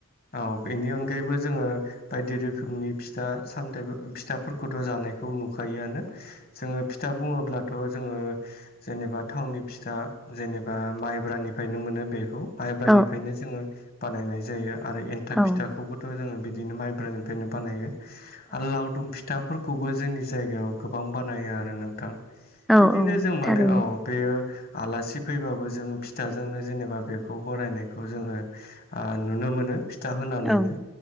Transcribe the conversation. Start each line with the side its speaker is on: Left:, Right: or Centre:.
Left: औ बेनि अनगायैबो जोङो बायदि रोखोमनि फिथा सामथा फिथाफोरखौथ' जानायखौ नुखायोआनो जोङो फिथा बुङोब्लाथ' जोङो जेनेबा थावनि फिथा जेनेबा माइब्रानिफ्रायनो मोनो बेखौ माइब्रानिफ्रायनो
Centre: औ
Left: जोङो बानायनाय जायो आरो एन्थाब
Centre: औ
Left: फिथाखौबो थ' जोङो बिदिनो माइब्रानिफ्रायनो बानायो आरो लावदुम फि थाफोरखौबो जोंनि जायगायाव गोबां बानायो आरो नोंथां
Centre: औ
Left: बिदिनो
Centre: औ
Left: जों माने
Centre: थारैनो
Left: औ बेयो आलासि फैबाबो जों फिथाजोंनो जेनेबा बेखौ बरायनायखौ जोङो ओ नुनो मोनो फिथा होननानैनो
Centre: औ